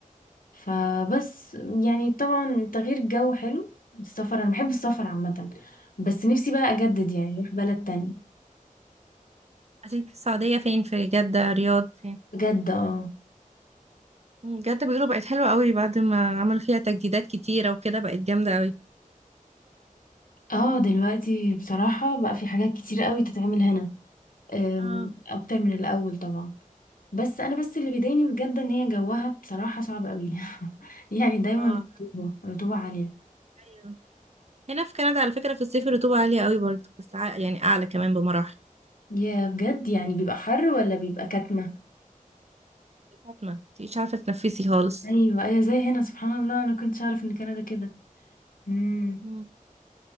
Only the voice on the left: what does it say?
فبس يعني طبعا تغيير الجو حلو السفر أنا بحب السفر عامة بس نفسي بقى أجدد يعني أروح بلد تانية
بجد اه
اه دلوقتي بصراحة بقى في حاجات كتير قوي تتعمل هنا أم،
أكتر من الأول طبعا بس أنا بس اللي بيضايقني بجد إن هي جوها بصراحة صعب قوي <laughs> يعني دايما
رطوبة رطوبة عالية
يا بجد يعني بيبقى حر ولا بيبقى كتمة
ايوه ايوه زي هنا سبحان الله انا كنتش اعرف ان كندا كده امم